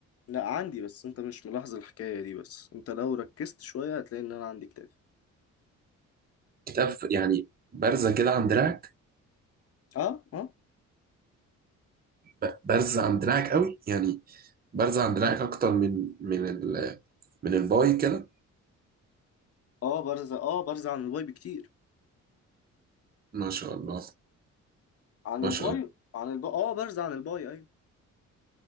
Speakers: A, on the left; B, on the right.
A: لا عندي بس انت مش ملاحظ الحكاية دي بس انت لو ركزت شوية هتلاقي ان انا عندي كتاف
B: كتاف يعني بارزه كده عن دراعك
A: اه اه
B: ب- بارزه عن دراعك قوي يعني بارزه عن دراعك اكتر من من ال... من الباي كده
A: اه برزة اه برزة عن الواي بكتير
B: ما شاء الله
A: عن
B: ما
A: البايو
B: شاء الله
A: عن البايو اه برزع عن البايو ايوه